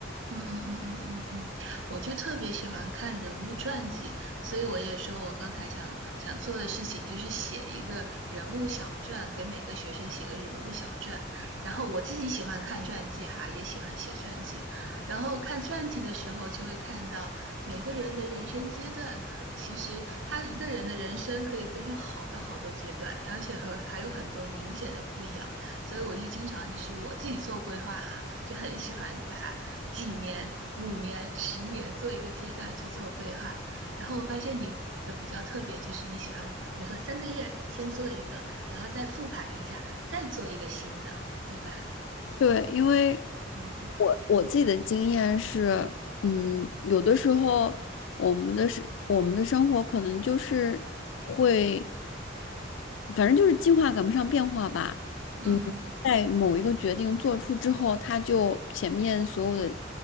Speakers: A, on the right (about 75°); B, on the left (about 70°).
A: 嗯嗯嗯嗯嗯嗯，我就特别喜欢看人物传记，所以我也说我刚才想想做的事情就是写一个人物小传，给每个学生写个人物小传。然后我自己喜欢看传记哈，也喜欢写传记。然后看传记的时候，就会看到每个人的人生阶段，可其实他一个人的人生可以分成好多好多阶段，而且和还有很多明显的不一样。所以我就经常就是我自己做规划哈，就很喜欢把。几年、五年、十年做一个阶段去做规划。然后我发现你的比较特别，就是你喜欢，比如说三个月先做一个，然后再复盘一下，再做一个新的，对吧？
B: 对，因为
A: 嗯嗯
B: 我我自己的经验是，嗯，有的时候我们的是我们的生活可能就是。会。反正就是计划赶不上变化吧。
A: 嗯嗯嗯，
B: 嗯，在某一个决定做出之后，他就前面所有的